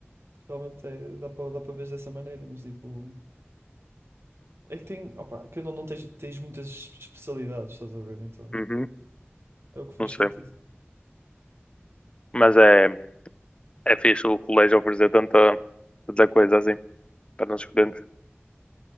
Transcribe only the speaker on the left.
Uhum,
não sei.
Mas é. É fixe o colégio oferecer tanta, tanta coisa assim para nós escolhermos.